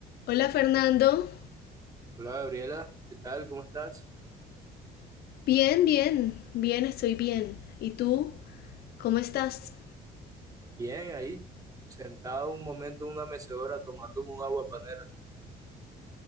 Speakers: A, on the left; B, on the right.
A: Hola Fernando,
B: Hola Gabriela, ¿qué tal? ¿Cómo estás?
A: bien, bien, bien, estoy bien. ¿Y tú? ¿Cómo estás?
B: Bien, ahí, sentado un momento en una mecedora tomándome un agua panela.